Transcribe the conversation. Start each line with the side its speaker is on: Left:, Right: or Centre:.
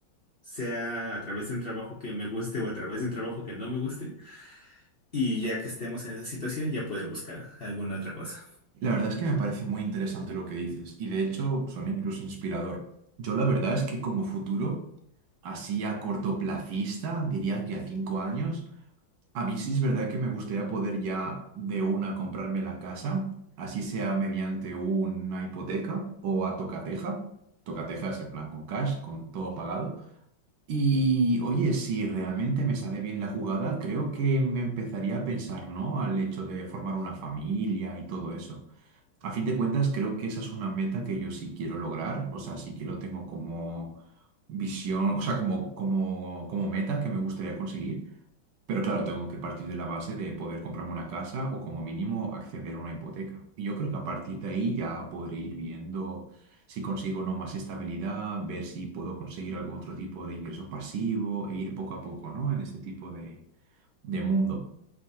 Left: sea a través de un trabajo que me guste o a través de un trabajo que no me guste, y ya que estemos en esa situación, ya poder buscar alguna otra cosa.
Right: La verdad es que me parece muy interesante lo que dices y de hecho son incluso inspirador. Yo la verdad es que como futuro, así a cortoplacista, diría que a cinco años, A mí sí es verdad que me gustaría poder ya de una comprarme la casa, así sea mediante una hipoteca o a tocateja. Tocateja es en plan con cash, con todo pagado. Y oye, si realmente me sale bien la jugada, creo que me empezaría a pensar, ¿no? Al hecho de formar una familia y todo eso. A fin de cuentas, creo que esa es una meta que yo sí quiero lograr, o sea, sí que lo tengo como visión, o sea, como, como, como meta que me gustaría conseguir. Pero claro, tengo que partir de la base de poder comprarme una casa o como mínimo acceder a una hipoteca. Y yo creo que a partir de ahí ya podré ir viendo si consigo o no más estabilidad, ver si puedo conseguir algún otro tipo de ingreso pasivo e ir poco a poco, ¿no? En este tipo de, de mundo.